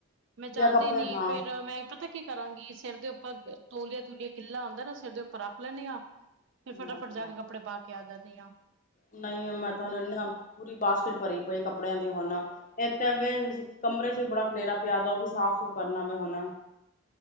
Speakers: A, on the right; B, on the left.
A: ਮੈਂ ਜਾਦੀ
B: ਕੱਪੜੇ
A: ਨੀ
B: ਹਾਂ
A: ਫੇਰ ਮੈਂ ਪਤਾ ਕੀ ਕਰਾਂਗੀ ਸਿਰ ਦੇ ਉੱਪਰ ਤੋਲੀਆ ਤੂਲੀਆ ਗਿੱਲਾ ਹੁੰਦਾ ਨਾ ਸਿਰ ਦੇ ਉੱਪਰ ਰੱਖ ਲੈਂਣੀਆਂ ਫ ਫਟਾਫਟ
B: ਅੱਛਾ
A: ਜਾ ਕੇ ਕੱਪੜੇ ਪਾ ਕੇ ਦੀਆਂ
B: ਨਹੀਂ ਮੈਂ ਤਾਂ ਹੂੰ ਇਨਾ ਪੂਰੀ ਬਾਸਕਿਟ ਭਰੀ ਪਈ ਕੱਪੜਿਆਂ ਦੀ ਹੁਣ ਇੱਕ ਤਾਂ ਕਮਰੇ ਚ ਵੀ ਬੜਾ ਕਲੇਰਾ ਪਿਆ ਦਾ ਉਹ ਵੀ ਸਾਫ਼ ਸੁੂਫ਼ ਕਰਨਾ ਵ ਹਣਾ